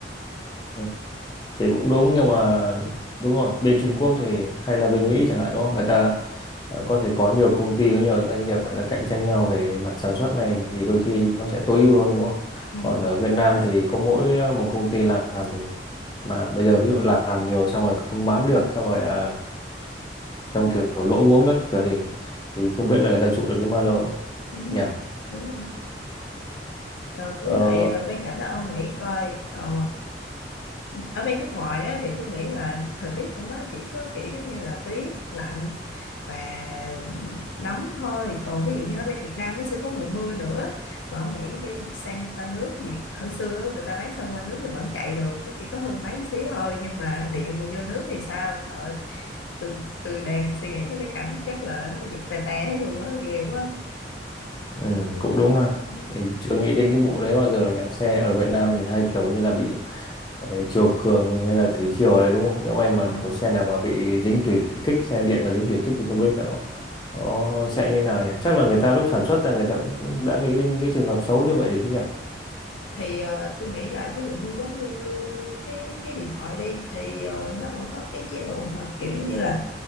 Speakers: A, on the left; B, on the left.
A: Ừ. thì cũng đúng nhưng mà đúng rồi bên Trung Quốc thì hay là bên Mỹ chẳng hạn đúng không người ta ờ, có thể có nhiều công ty có nhiều doanh nghiệp người ta cạnh tranh nhau về mặt sản xuất này thì đôi khi nó sẽ tối ưu hơn đúng không
B: ừ,
A: còn ở Việt Nam thì có mỗi một công ty làm thì mà bây giờ ví dụ làm nhiều xong rồi không bán được xong rồi à, trong kiểu lỗ vốn các kiểu thì thì không biết là người ta trụ được đến bao lâu
B: ừ,
A: nhỉ
B: đúng rồi rồi với
A: ờ,
B: lại ờ, bên cạnh đó ông nghĩ coi ờ, ở bên nước ngoài á, thì tôi nghĩ là thời tiết của nó chỉ có kiểu giống như là tuyết lạnh và nóng thôi còn ví dụ như ở bên Việt Nam nó sẽ có mùa mưa nữa mà ông nghĩ đi sang qua nước nhiệt hồi xưa á, người ta bán sang qua nước thì vẫn chạy được nó chỉ có hư máy một xíu thôi nhưng mà điện mà vô nước thì sao trời ơi, tôi tôi đang suy nghĩ tới cái cảnh chắc là nó giật tè té luôn á ghê quá
A: ừ, cũng đúng ha
B: ừ.
A: mình chưa nghĩ đến cái vụ đấy bao giờ nhỉ xe ở Việt Nam thì hay kiểu như là bị Đấy, chiều cường hay là thủy triều đấy đúng không? Nhỡ may mà
B: Ừ.
A: kiểu xe nào mà bị dính thủy kích, xe điện mà dính thủy kích thì không biết nó, nó sẽ như nào nhỉ? Chắc là người ta lúc sản xuất ra người ta cũng cũng đã nghĩ đến những cái trường hợp xấu như vậy rồi chứ nhỉ?
B: thì ờ, tôi nghĩ là ví dụ như giống như cái cái điện thoại đi thì ờ, nó vẫn có cái chế độ mà kiểu giống như là